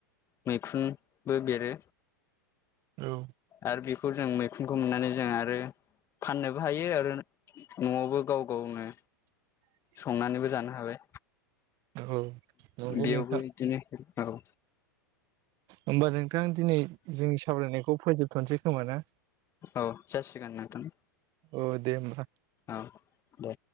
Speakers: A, on the left (about 30°); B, on the right (about 40°).
A: मैखुनबो बेरो
B: उम
A: आरो बे खौ जों मैखुनखौ मोननानै जों आरो। फाननोबो हायो आरो न'आवबो गाव गावनो
B: <inaudible>
A: संनानैबो जानो हाबाय
B: औ नंगौ
A: बेयावबो
B: नोंथां
A: बिदिनो औ।
B: होमबा नोंथां दिनै जोंनि सावरायनायखौ फोजोबथ'नोसै खोमा ना।
A: औ जासिगोन नोंथां
B: औ दे होमबा
A: औ दे